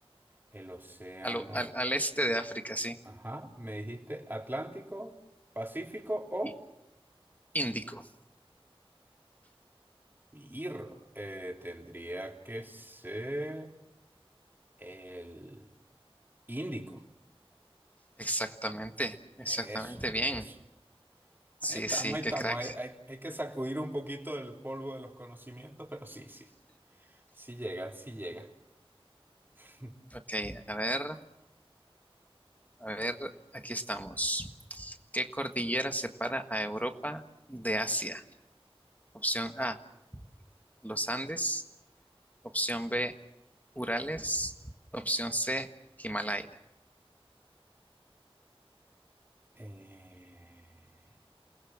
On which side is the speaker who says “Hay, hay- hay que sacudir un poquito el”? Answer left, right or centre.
Right